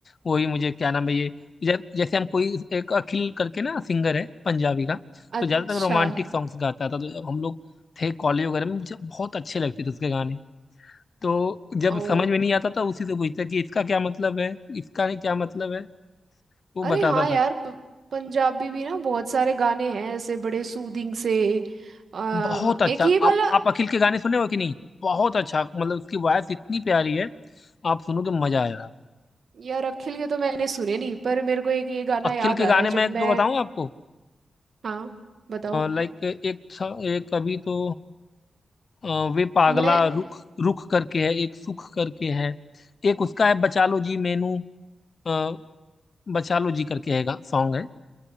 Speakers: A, on the left; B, on the right.
A: वो ही मुझे क्या नाम है ये जै- जैसे हम कोई एक अखिल करके ना सिंगर है पंजाबी का तो
B: अच्छा
A: ज्यादातर रोमांटिक सॉन्ग्स गाता था तो जब हम लोग थे कॉलेज वगैरह में मुझे बहुत अच्छे लगते थे उसके गाने तो जब
B: ओ
A: समझ में नहीं आता था उसी से पूछता कि इसका क्या मतलब है इसका क्या मतलब है वो बताता
B: अरे हाँ
A: था
B: यार प- पंजाबी भी ना बहुत सारे गाने हैं ऐसे बड़े सूदिंग से आ,
A: बहुत अच्छा
B: एक
A: आप
B: ये वाला
A: आप अखिल के गाने सुने हो कि नहीं बहुत अच्छा मतलब उसकी वॉयस इतनी प्यारी है आप सुनोगे मजा आएगा
B: यार अखिल के तो मैंने सुने नहीं पर मेरे को एक ये गाना
A: अखिल
B: याद
A: के
B: आ
A: गाने
B: रहा है जब
A: मैं एक दो
B: मैं
A: बताऊं आपको
B: हाँ बताओ
A: लाइक एक था एक अभी तो अ, वे पागला
B: मैं
A: रुख रुख करके है एक सुख करके है एक उसका है बचा लो जी मैनू अ, बचा लो जी करके है सॉन्ग है